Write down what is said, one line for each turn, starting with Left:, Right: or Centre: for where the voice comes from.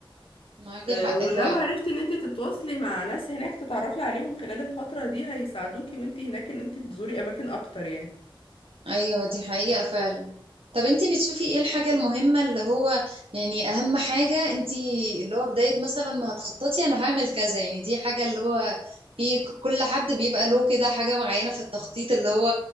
Right: معاكي
Left: آه،
Right: حق
Left: ولو
Right: فعلا
Left: عرفتي ان انت تتواصلي مع ناس هناك تتعرفي عليهم خلال الفترة دي هيساعدوكي وانت هناك ان انت تزوري اماكن اكتر يعني
Right: ايوه دي حقيقة فعلا طب انتي بتشوفي ايه الحاجة المهمة اللي هو يعني اهم حاجة انتي اللي هو بداية مثلا ما هتخططي انا هعمل كذا يعني دي حاجة اللي هو في ك- كل حد بيبقى له كده حاجة معينة في التخطيط اللي هو